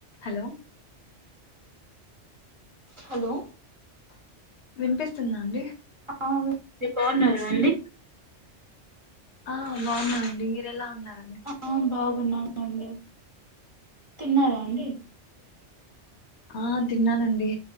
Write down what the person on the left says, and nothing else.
హలో
వినిపిస్తుందా అండి?
ఆ బాగున్నాండి. మీరెలా ఉన్నారు?
ఆ తిన్నానండి